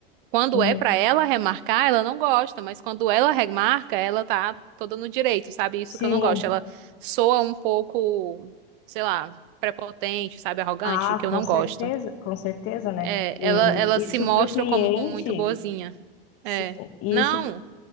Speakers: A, on the right (about 60°); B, on the left (about 50°).
A: quando
B: Uhum.
A: é pra ela remarcar, ela não gosta, mas quando ela remarca, ela tá toda no direito, sabe? Isso
B: Sim,
A: que eu não gosto. Ela soa um pouco, sei lá, prepotente, sabe? Arrogante,
B: Ah,
A: que eu
B: com
A: não
B: certeza,
A: gosto.
B: com certeza, né?
A: É,
B: E
A: ela, ela
B: isso
A: se mostra
B: para o cliente,
A: como muito boazinha.
B: sim,
A: É.
B: e
A: Não,
B: isso,